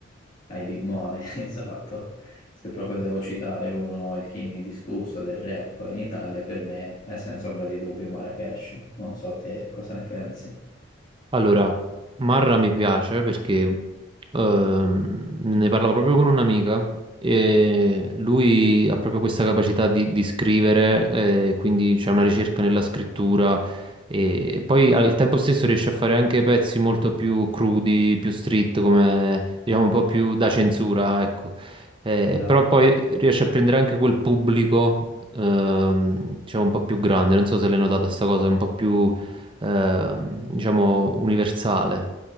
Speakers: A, on the left; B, on the right.
A: ai big money, <laughs> esatto, se proprio devo citare uno, il king indiscusso del rap in Italia, per me è senza ombra di dubbio Marrakesh, non so te cosa ne pensi.
B: Allora, Marra mi piace perché ehm, ne parlavo proprio con un'amica e lui ha proprio questa capacità di, di scrivere, eh, quindi c'è una ricerca nella scrittura e, e poi al tempo stesso riesce a fare anche pezzi molto più crudi, più street, come diciamo un po' più da censura, ecco. Eh,
A: Esatto.
B: però poi riesce a prendere anche quel pubblico, ehm, diciamo un po' più grande, non so se l'hai notata sta cosa, un po' più eh, diciamo, universale.